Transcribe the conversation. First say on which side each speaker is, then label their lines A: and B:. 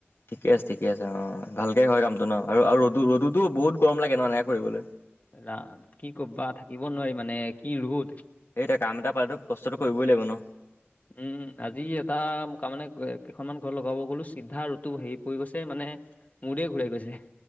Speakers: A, on the left; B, on the left.
A: ঠিকে আছে ঠিকে আছে অ ভালকে হয় কামটো ন আৰু আৰু ৰদো বহুত গৰম লাগে নহ এনেকে কৰিবলৈ।
B: ৰা কি কবা থাকিব নোৱাৰি মানে কি ৰ'দ।
A: সেই এতিয়া কাম এটা পালেতো কষ্টটো কৰিবই লাগিব ন।
B: উম আজি এটা তাৰ মানে কেইখনমান ঘৰ লগাব গ'লো চিধা ৰদটো হেৰি পৰি গৈছে মানে মূৰে ঘূৰাই গৈছে। <inaudible>